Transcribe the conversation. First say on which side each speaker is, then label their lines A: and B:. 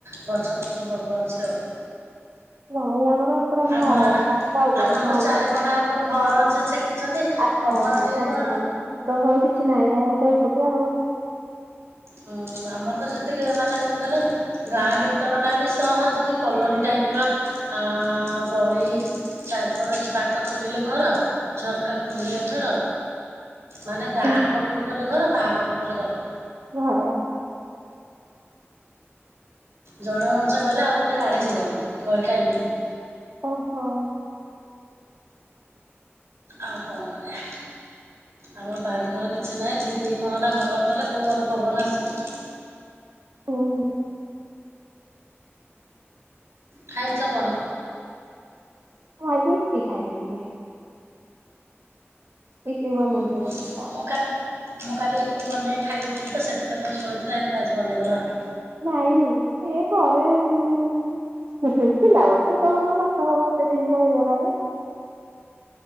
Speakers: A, on the right; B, on the right.
A: ଗଛପତ୍ର ପ୍ରବଳ ଅଛି ଆଉ।
B: ନାଇଁ ଆମର ପୁରା
A: ଆମର
B: ମା
A: ଏରା
B: ରାସ୍ତା ଉପରେ
A: ଆମର
B: ହଁ।
A: ତ ଚାରିପଟ ଆଙ୍କ ଘର ଯେ ଛେକିଛନ୍ତି।
B: ଆଛ
A: ପବନ ଟିକେ
B: ଭର
A: କଣ
B: <inaudible> ଆମର କିଛି ନାହିଁ ଆମର ତ ଏକୁଟିଆ ଆଉ।
A: ହୁଁ ଆମର ତ ଯେମତି ମାନେ କଣ କହିଲ? ଗାଁ ଭିତରଟା ବି ସହ ଯେନ୍ତି କଲୋନୀ ଟାଇପର ଅଁ ଗଳି। ଚାରପଟ ବାଟ ଖୋଲିଲେ ଘର। ଝରକା ଖୋଲିଲେ ଘର ମାନେ ଡାହାଣ
B: ହୁଁ,
A: ପଟକୁ ଗଲେ ଘର ବାଆ ପଟକୁ ଗଲେ ଘର।
B: ଘର।
A: ଜଣେ ମଣିଷ ଗଲେ ଆଉ ଗୋଟେ ଗାଡି ଯିବନି ଗଳିଟା ଏମିତି।
B: ଓହୋ।
A: ଆଉ କ ଣ କରିବା? ଆମର ବାରିଘର କିଛି ନାହିଁ ଦିଇ ଦିଇ ମହଲା ଘର କଲେ କଉ ଆଡ଼ୁ ପବନ ଆସିବ।
B: ହଉ <inaudible>
A: ଖାଇଚ କଣ?
B: ମୁଁ ଆଜି ଇପି ଖାଇ ଦେଇଥିଲି। ଇପି ବନେଇକି
A: ଉଁ ହୁଁ
B: ଖାଇଥିଲି।
A: ମୁଁ କା ମୁଁ କାଲି ଇପି ବନେଇକି ଖାଇ ଦେଇଥିଲି ତ ସେଥିପାଇଁ ତମେ ଶୁଣିଥିଲ ହେଥିପାଇଁ ଆଜି ବନେଇଦେଲ ଆଉ।
B: ନାଇଁ ସେ ଘରେ ଉଁ ଉଁ ଉଁ ଶୁଖିଲା ଗୋଟେ କଣ ମାସ ହବ ଏତେ ଦିନି ରହିଗଲାଣି।